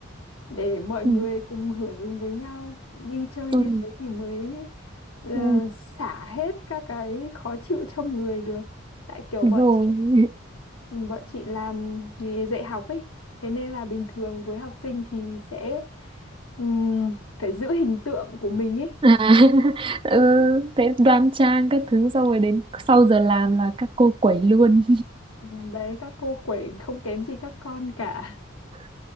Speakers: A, on the left; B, on the right.
A: để mọi
B: ừ,
A: người cùng hưởng ứng với nhau đi chơi
B: tôi
A: như thế thì mới ờ,
B: ừ,
A: xả hết các cái khó chịu trong người được tại kiểu
B: đúng
A: bọn
B: rồi <laughs>
A: Ừ, Bọn chị làm nghề dạy học ấy, thế nên là bình thường với học sinh thì sẽ ừm, phải giữ hình tượng của mình ấy.
B: à <laughs> ừ, thế đoan trang các thứ xong rồi đến sau giờ làm là các cô quẩy luôn
A: Ừm, Đấy, các cô quẩy không kém gì các con cả.
B: <laughs>